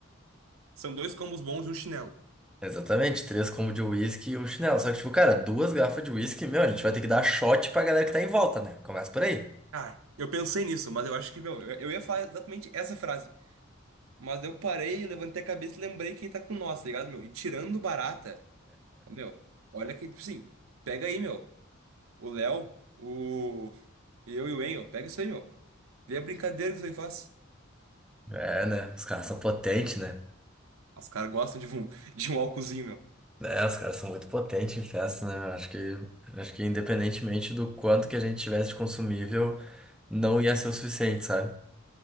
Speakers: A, on the right; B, in the centre.
A: São dois combos bons e um chinelo.
B: Exatamente, três combo de uísque e um chinelo. Só que, tipo, cara, duas garrafas de uísque, meu, a gente vai ter que dar shot pra galera que tá em volta, né? Começa por aí.
A: Ah, eu pensei nisso, mas eu acho que, meu, eu eu ia falar exatamente essa frase. Mas eu parei, levantei a cabeça e lembrei que tá com nós, tá ligado, meu? E tirando barata, ô, meu, olha que, tipo assim, pega aí, meu. O Léo, o. Eu e o Enio, pega isso aí, meu. Vê a brincadeira que isso aí faz.
B: É, né? Os caras são potentes, né?
A: Os caras gostam de um, <laughs> de um álcoolzinho, meu.
B: É, os caras são muito potentes em festa, né? Eu Acho que, acho que independentemente do quanto que a gente tivesse de consumível, não ia ser o suficiente, sabe?